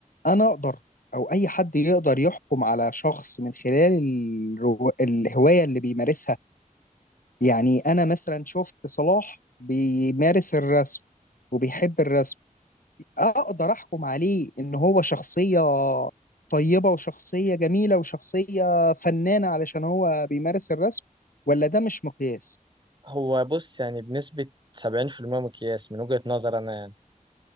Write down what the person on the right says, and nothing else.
هو بص يعني بنسبة 70% مقياس من وجهة نظر أنا يعني.